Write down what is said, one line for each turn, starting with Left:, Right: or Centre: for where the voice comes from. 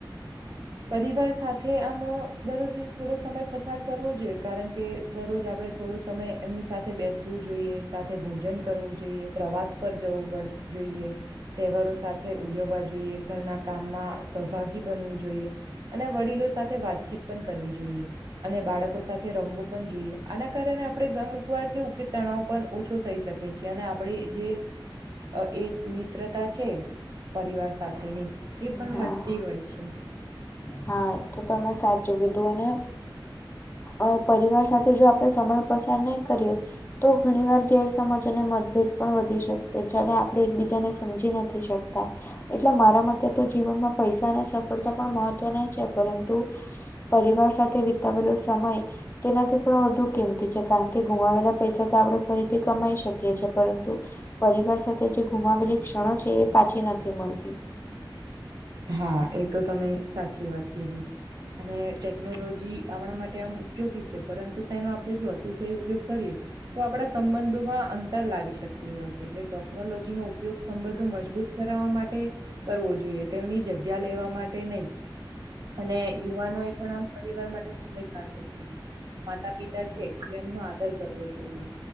Left: <unintelligible>
Right: પરિવાર સાથે આમાં દરરોજ થોડો સમય પસાર કરવો જોઈએ કારણ કે દરરોજ આપડે થોડો સમય એમની સાથે બેસવું જોઈએ સાથે ભોજન કરવું જોઈએ પ્રવાસ ઉપર જવું પડ જોઈએ. તહેવારો સાથે ઉજવવા જોઈએ ઘરના કામમાં સહભાગી બનવું જોઈએ. અને વડીલો સાથે વાતચીત પણ કરવી જોઈએ અને બાળકો સાથે રમવું પણ જોઈએ આના કારણે આપણે ગમુકવાર કેવું કે તણાવ પણ ઓછો થઈ શકે છેં અને આપણે જે અ એ મ મિત્રતા છે પરિવાર સાથેની એ પણ
Left: હા
Right: વધતી હોય છે.
Left: હા એ તો તમે સાચું કીધું અને અ પરિવાર સાથે જો આપણે સમય પસાર નહી કરીએ. તો ઘણીવાર ગેરસમજ અને મતભેદ પણ વધી શકતે જેણે આપણે એકબીજાને સમજી નથી શકતા. એટલે મારા મતે તો જીવનમાં પૈસાની સફળતા પણ મહત્વ ના છે પરંતુ પરિવાર સાથે વિતાવેલો સમય તેનાથી પણ વધુ કિંમતી છે કારણ કે ગુમાવેલા પૈસા તો આપણે ફરીથી કમાઈ શકીએ છીએ પરંતુ પરિવાર સાથે જે ગુમાવેલી ક્ષણો છે એ પાછી નથી મળતી
Right: હા એ તો તમે સાચી વાત કીધી અને ટેકનોલોજી આપણા માટે આમ ઉપયોગી છે પરંતુ તેનો આપણે જો અતિશય ઉપયોગ કરીએ. તો આપણા સંબંધોમાં અંતર લાવી શકતી હોય છે. એટલે ટેકનોલોજીનો ઉપયોગ સંબંધો મજબૂત કરાવવા માટે કરવો જોઈએ તેમની જગ્યા લેવા માટે નહી અને યુવાનો એ પણ આમ પરિવાર માટે સમય કાઢવો જોઈએ માતા પિતા છે એમનો આદર કરવો જોઈએ.